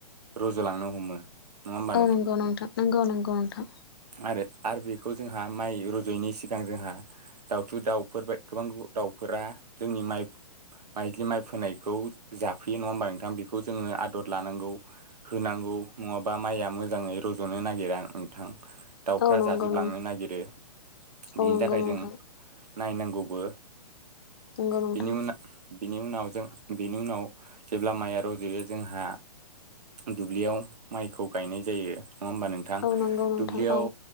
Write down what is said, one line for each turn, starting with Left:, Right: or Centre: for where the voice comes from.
Right: रज'लांनो हमो। नङा होमबा
Left: औ नंगौ नोंथां नोंगौ नोंगौ नोंथां
Right: आरो आरो बेखौ जोंहा माइ रज'यैनि सिगां जोंहा दाउथु दाउफोर बा गोबां दाउफोरा जोंनि माइ माइलि माइ फोनायखौ। जाफैयो नङा होमबा नोंथां बेखौ जोङो आदर लानांगौ होनांगौ नङाबा माइया मोजाङै र' रज'नो नागिरा नोंथां। दाउफ्रा
Left: औ नंगौ
Right: जाजोबलांनो
Left: नंगौ
Right: नागिरो बिनि
Left: औ नंगौ
Right: थाखाय
Left: नोंथां
Right: जों नायनांगौबो
Left: नंगौ नोंथां।
Right: बिनि उनाव बिनि उनाव जों बिनि उनाव। जेब्ला माइआ रज'यो जोंहा दुब्लियाव माइखौ गायनाय जायो। नङा होमबा नोंथां
Left: औ नंगौ नोंथां
Right: दुब्लियाव
Left: औ